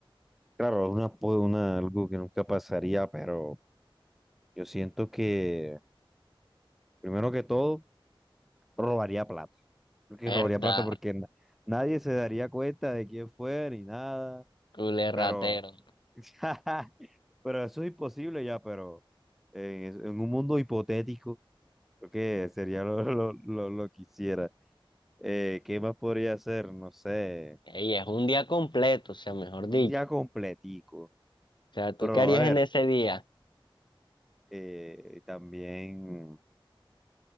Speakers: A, in the centre; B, on the left.
A: Claro, una, po- una, algo que nunca pasaría, pero yo siento que, primero que todo, robaría plata. Porque
B: Verdad,
A: robaría plata porque na- nadie se daría cuenta de quién fue ni nada.
B: culé ratero.
A: Pero, <laughs> pero eso es imposible ya, pero eh, en un mundo hipotético, creo que sería lo, lo, lo, lo que hiciera. Eh, ¿qué más podría hacer? No sé,
B: Ey, es un día completo, o sea, mejor dicho.
A: un día completico.
B: O sea, ¿tú
A: Pero
B: qué harías
A: a ver,
B: en ese día?
A: eh, también, no